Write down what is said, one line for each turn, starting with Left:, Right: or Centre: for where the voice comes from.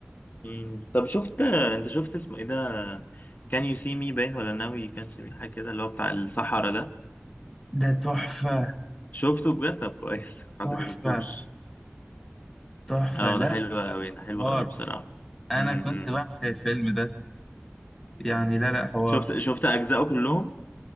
Left: مم. طب شفت انت شفت اسمه ايه ده كان يو سي مي باين ولا ناوي يو كان سي مي حاجه كده اللي هو بتاع الصحراء ده
Centre: وده تحفه
Left: شفته بجد طب كويس <laughs> حاسسك
Centre: تحفه
Left: ما شفتوش
Centre: تحفه
Left: اه
Centre: لا
Left: ده حلو قوي ده حلو
Centre: حوار
Left: قوي بصراحه
Centre: انا
Left: امم
Centre: كنت بعشق الفيلم ده يعني لا لا حوار
Left: شفت شفت اجزائه كلهم